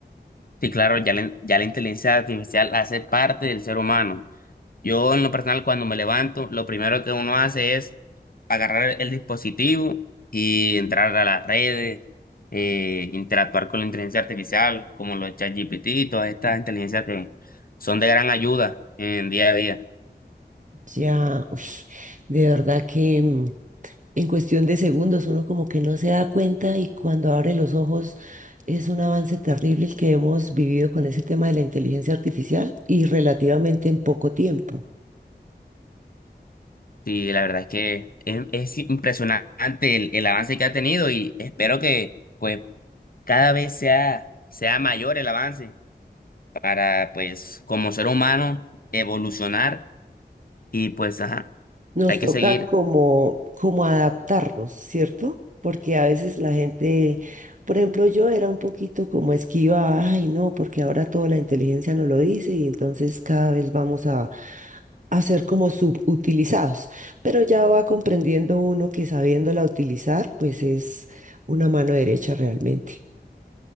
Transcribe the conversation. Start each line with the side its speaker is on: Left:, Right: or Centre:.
Left: Sí, claro, ya la, ya la inteligencia artificial hace parte del ser humano, Yo en lo personal cuando me levanto, lo primero que uno hace es agarrar el dispositivo y entrar a las redes, eh, interactuar con la inteligencia artificial, como los ChatGPT y todas estas inteligencias que son de gran ayuda en día a día.
Right: Ya, uy, de verdad que mm, en cuestión de segundos uno como que no se da cuenta y cuando abre los ojos es un avance terrible el que hemos vivido con ese tema de la inteligencia artificial y relativamente en poco tiempo.
Left: Y la verdad es que es, es impresionante el, el avance que ha tenido y espero que pues cada vez sea, sea mayor el avance para pues como ser humano evolucionar y pues ajá,
Right: Nos
Left: hay que
Right: toca
Left: seguir.
Right: como, como adaptarnos, ¿cierto? Porque a veces la gente, por ejemplo, yo era un poquito como esquiva, ay, no, porque ahora toda la inteligencia nos lo dice y entonces cada vez vamos a, a ser como subutilizados. Pero ya va comprendiendo uno que sabiéndola utilizar, pues es una mano derecha realmente.